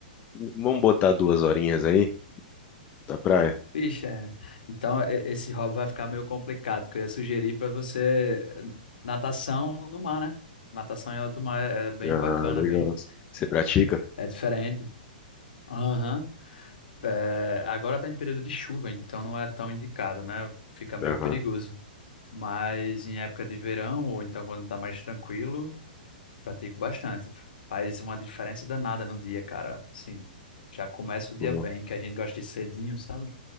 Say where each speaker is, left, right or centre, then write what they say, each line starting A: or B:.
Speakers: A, on the left (about 30°); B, on the left (about 75°).
A: Vamos botar duas horinhas aí da praia?
B: Vixe, é. Então e- esse hobby vai ficar meio complicado, porque eu ia sugerir para você eh, natação no mar, né? Natação em alto mar é é bem
A: Ah,
B: bacana,
A: legal.
B: bem
A: Você pratica?
B: é diferente. Aham. É, agora tá em período de chuva, então não é tão indicado, né? Fica meio
A: Aham.
B: perigoso. Mas em época de verão, ou então quando tá mais tranquilo, pratico bastante. Faz uma diferença danada no dia, cara. Sim, já começa o dia
A: Pô,
B: bem, que a gente gosta de cedinho, sabe?